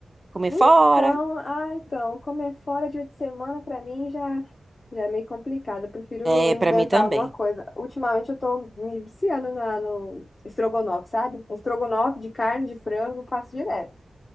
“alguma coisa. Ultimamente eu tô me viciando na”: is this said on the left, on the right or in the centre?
Left